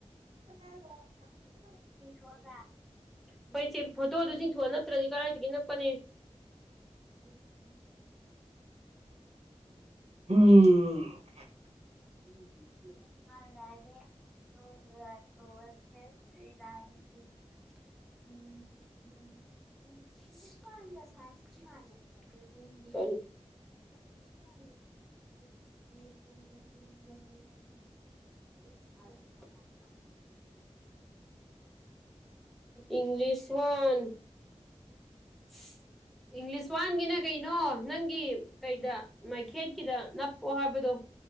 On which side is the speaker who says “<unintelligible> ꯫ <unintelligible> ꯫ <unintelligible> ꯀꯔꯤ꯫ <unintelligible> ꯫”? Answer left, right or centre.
Centre